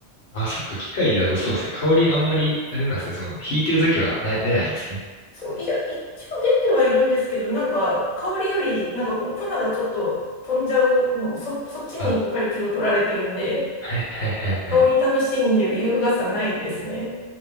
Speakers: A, on the left; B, on the left.
A: あ、そっか、機械だとそうですね。香りあんまり、あれなんですね。その、引いてる時はな出ないんですね。
B: そう、いや、一応出てはいるんですけど、なんか香りより、なんかこう粉がちょっと飛んじゃうのを、そ、そっちにばっかり気を取られてるんで、
A: あ、はいはいはいはい。
B: 香り楽しんでる優雅さないですね。